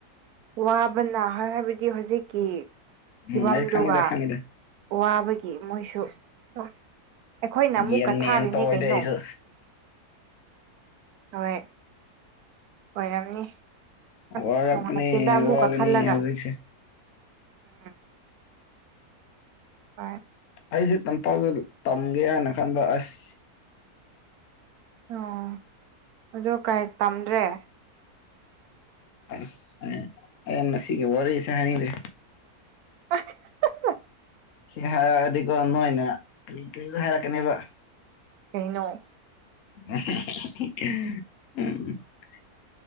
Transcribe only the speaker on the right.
ꯋꯥꯕꯅ ꯍꯥꯏꯕꯗꯤ ꯍꯧꯖꯤꯛꯀꯤ
ꯐꯤꯕꯝꯗꯨꯒ
ꯋꯥꯕꯒꯤ ꯃꯣꯏꯁꯨ ꯑꯗꯨꯝ ꯑꯩꯈꯣꯏꯅ ꯑꯃꯨꯛꯀ
ꯊꯥꯔꯤꯅꯦ
ꯀꯩꯅꯣ
ꯍꯣꯏ ꯑꯣꯏꯔꯝꯅꯤ ꯑꯁ
ꯅꯨꯡꯉꯥꯏꯇꯦꯗ ꯑꯃꯨꯛꯀ
ꯈꯜꯂꯒ
ꯎꯝ ꯍ‌ꯣꯏ
ꯑꯣ ꯑꯗ‌ꯣ ꯀꯔꯤ ꯇꯝꯗ꯭ꯔꯦ
<unintelligible>
ꯀꯩꯅꯣ